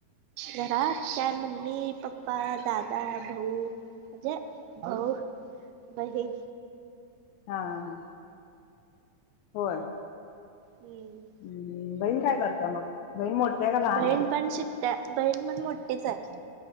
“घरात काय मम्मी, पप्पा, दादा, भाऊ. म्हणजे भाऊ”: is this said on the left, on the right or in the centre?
Right